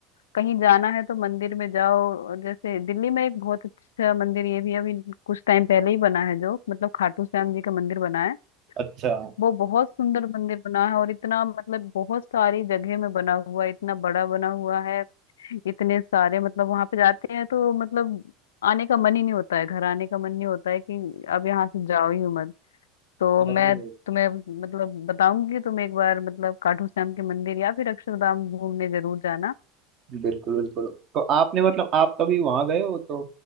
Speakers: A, on the left; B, on the right.
A: कहीं जाना है तो मंदिर में जाओ और जैसे दिल्ली में एक बहुत अच्छा मंदिर ये भी अभी कुछ टाइम पहले ही बना है जो मतलब खाटू श्याम जी का मंदिर बना है
B: अच्छा
A: वो बहुत सुंदर मंदिर बना है और इतना मतलब बहुत सारी जगह में बना हुआ है इतना बड़ा बना हुआ है इतने सारे मतलब वहां पे जाते हैं तो मतलब आने का मन ही नहीं होता है घर आने का मन नहीं होता है कि अब यहाँ से जाओ ही मत तो मैं
B: अरे
A: तुम्हें मतलब बताऊंगी कि तुम एक बार मतलब खाटू श्याम के मंदिर या फिर अक्षरधाम घूमने जरूर जाना
B: बिल्कुल बिल्कुल तो आपने मतलब आप कभी वहां गए हो तो